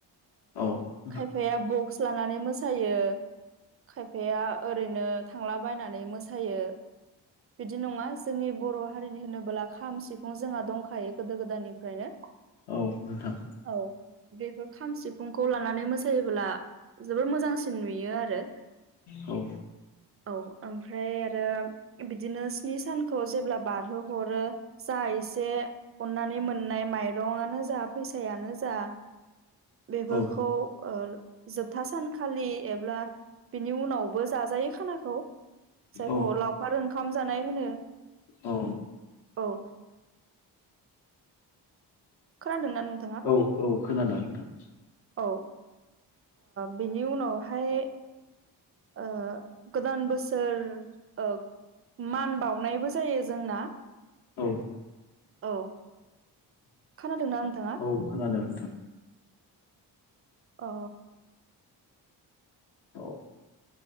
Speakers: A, on the left (about 55°); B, on the right (about 30°).
A: औ नोंथां
B: खायफाया बक्स लानानै मोसायो खायफाया ओरैनो थांलाबायनानै मोसायो बिदि नङा जोंनि बर' हारिनि होनबोला खाम सिफुं जोंहा दं खायो गोदो गोदायनिफ्रायनो
A: औ नोंथां
B: औ बेफोर खाम सिफुंखौ लानानै मोसायोब्ला जोबोर मोजांसिन नुयो आरो
A: औ
B: औ ओमफ्राय आरो बिदिनो स्नि सानखौ जेब्ला बार हो हरो जा एसे अननानै मोननाय माइरङानो जा फैसायानो जा बेफोरखौ
A: औ
B: जोबथा सानखालि एब्ला बिनि उनावबो जाजायो खानाखौ जायखौ
A: औ
B: लाव खार ओंखाम जानाय होनो
A: औ
B: औ खोनादों ना नों
A: औ औ खोनादों नोंथां
B: औ बिनि उनावहाय ओ गोदान बोसोर ओ मान बावनायबो जायो जोंना
A: औ
B: औ खोनादोंना नोंथाङा
A: औ खोनादों नोंथां
B: अ
A: औ